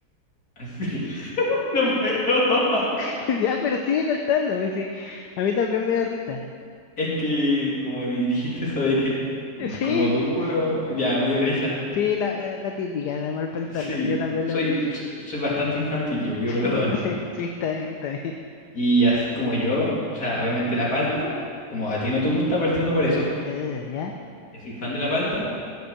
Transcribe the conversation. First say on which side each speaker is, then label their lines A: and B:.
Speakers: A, on the left; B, on the left.
A: así, <laughs> no puedo. <laughs>
B: <laughs> Ya, pero sigue contando. pues sí. A mí también me da risa.
A: Es que, como di- dijiste eso de que
B: <laughs>
A: es como
B: Sí,
A: duro,
B: sí.
A: ya me dio risa.
B: Sí, la, la, la típica, de mal pensarlo.
A: Sí,
B: Sí, yo también
A: soy,
B: lo pensé.
A: soy, soy bastante infantil,
B: <laughs>
A: yo pido
B: Sí,
A: perdón.
B: sí, sí, está bien, está bien.
A: Y así como yo, o sea, obviamente la palta, como a ti no te gusta, partiendo por eso,
B: Eh, ¿ya?
A: que soy fan de la palta.